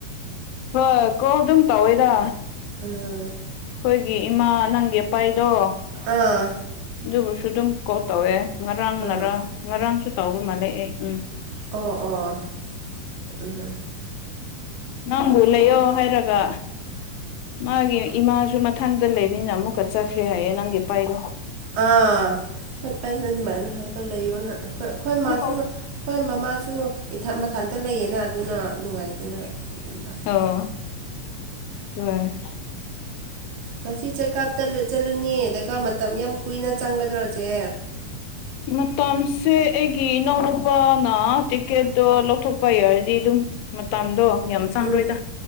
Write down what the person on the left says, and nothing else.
ꯍꯣꯏ ꯀꯣ ꯑꯗꯨꯝ ꯇꯧꯋꯦꯗ
ꯑꯩꯈꯣꯏꯒꯤ ꯏꯃꯥ ꯅꯪꯒꯤ ꯑꯄꯥꯏꯗꯣ꯫
ꯑꯗꯨꯕꯨꯁꯨ ꯑꯗꯨꯝ ꯀꯣ ꯇꯧꯋꯦ ꯉꯔꯥꯡꯅꯔ
ꯉꯔꯥꯡꯁꯨ ꯇꯧꯕ ꯃꯥꯜꯂꯦ ꯑꯩ ꯎꯝ꯫
ꯅꯪꯕꯨ ꯂꯩꯌꯣ ꯍꯥꯏꯔꯒ꯫ ꯃꯥꯒꯤ ꯏꯃꯥꯁꯨ ꯃꯊꯟꯇ ꯂꯩꯕꯅꯤꯅ ꯑꯃꯨꯛꯀ ꯆꯠꯈ꯭ꯔꯦ ꯍꯥꯏꯌꯦ ꯅꯪꯒꯤ ꯄꯥꯏꯕ꯫
ꯎꯝ
ꯑꯣ ꯍꯣꯏ
ꯃꯇꯝꯁꯦ ꯑꯩꯒꯤ ꯏꯅꯥꯎꯅꯨꯄꯥꯅ ꯇꯤꯛꯀꯦꯠꯇꯣ ꯂꯧꯊꯣꯛꯄ ꯌꯥꯔꯗꯤ ꯑꯗꯨꯝ ꯃꯇꯝꯗꯣ ꯌꯥꯝ ꯆꯥꯡꯔꯣꯏꯗ